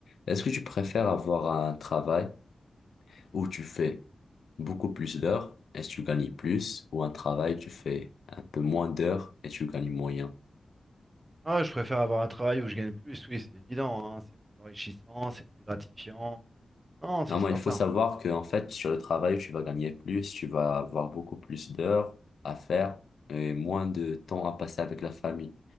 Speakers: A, on the left; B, on the right.
A: Est-ce que tu préfères avoir un travail où tu fais beaucoup plus d'heures et tu gagnes plus, ou un travail où tu fais un peu moins d'heures et tu gagnes moyen?
B: Ah ouais, je préfère avoir un travail où je gagne plus, oui, c'est évident, hein, C'est plus enrichissant, c'est plus gratifiant. Non, c'est
A: Non, moi,
B: certain.
A: il faut savoir que, en fait, sur le travail, tu vas gagner plus, tu vas avoir beaucoup plus d'heures à faire et moins de temps à passer avec la famille.